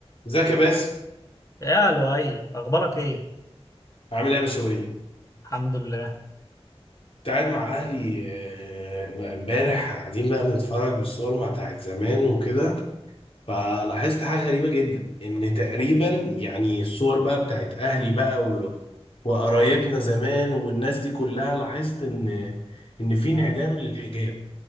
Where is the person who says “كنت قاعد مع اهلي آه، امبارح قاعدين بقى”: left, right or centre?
Left